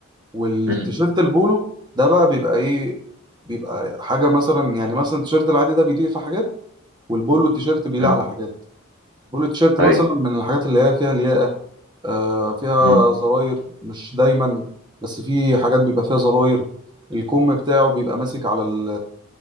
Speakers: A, on the right (about 20°); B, on the right (about 75°).
A: والتيشيرت
B: امم
A: البولو ده بقى بيبقى ايه بيبقى حاجة مثلا يعني مثلا التيشيرت العادي ده بيليق في حاجات والبولو التيشيرت بيليق
B: امم
A: على حاجات البولو التيشيرت مثلا
B: ايوه
A: من الحاجات اللي هي فيها لياقة آه، فيها
B: امم
A: زراير مش دايما بس في حاجات بيبقى فيها زراير الكم بتاعه بيبقى ماسك على ال